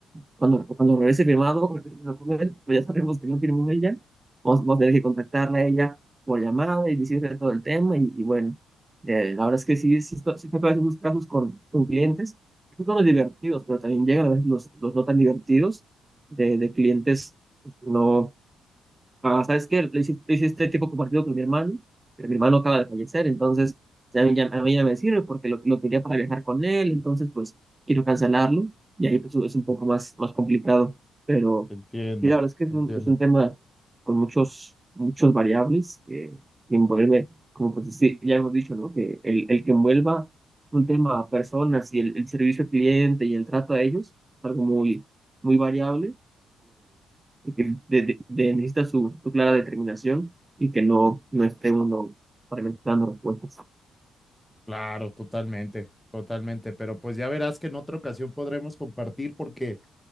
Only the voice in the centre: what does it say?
entiendo,
entiendo.
Claro, totalmente, totalmente. Pero pues ya verás que en otra ocasión podremos compartir porque